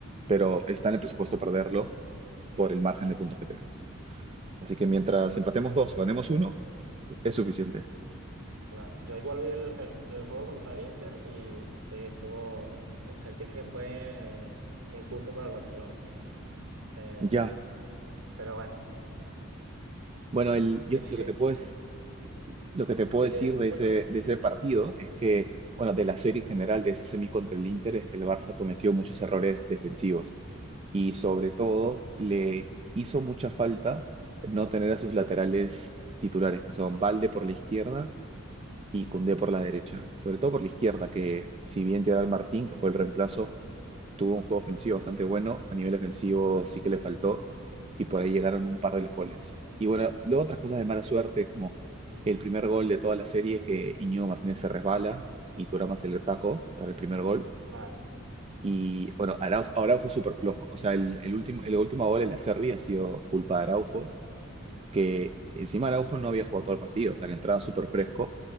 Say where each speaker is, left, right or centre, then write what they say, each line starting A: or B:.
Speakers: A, on the right; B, on the right.
A: pero está en el presupuesto perderlo por el margen de puntos que tenemos. Así que mientras empatemos dos o ganemos uno, es suficiente.
B: Claro. Yo igual vi el, el- el juego contra el Inter y sí, estuvo, sentí que fue injusto para el Barcelona. Eh,
A: Ya.
B: eh, pero bueno.
A: Bueno, el, yo
B: Eh,
A: lo que te puedo, es- lo que te puedo
B: sí,
A: decir
B: sí, dime,
A: de
B: cuéntame.
A: ese, de ese partido es que, bueno, de la serie en general, de ese semi contra el Inter, es que el Barça cometió muchos errores defensivos. y sobre todo le hizo mucha falta no tener a sus laterales titulares, que son Balde por la izquierda y Koundé por la derecha, sobre todo por la izquierda, que si bien Gerard Martín, que fue el reemplazo, tuvo un juego ofensivo bastante bueno, a nivel ofensivo sí que le faltó y por ahí llegaron un par de los goles. Y bueno, luego otras cosas de mala suerte, como el primer gol de toda la serie que Iñigo Martínez se resbala y Turamas se le taco para el primer gol.
B: Claro,
A: Y bueno, Araujo, Araujo súper flojo. O sea, el, el último, el último gol en la Serie ha sido culpa de Araujo, que encima Araujo no había jugado todo el partido, o sea, que entraba súper fresco.